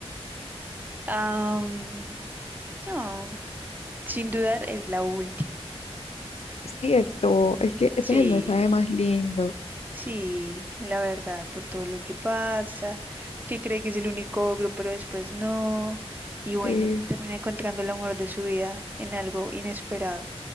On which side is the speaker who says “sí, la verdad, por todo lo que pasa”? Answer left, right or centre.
Right